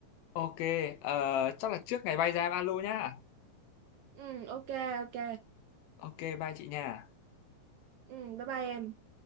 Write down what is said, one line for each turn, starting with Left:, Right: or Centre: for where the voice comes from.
Left: Ok, ờ, chắc là trước ngày bay ra em alo nhá.
Right: ừ ok ok
Left: Ok, bye chị nha.
Right: ừ bye bye em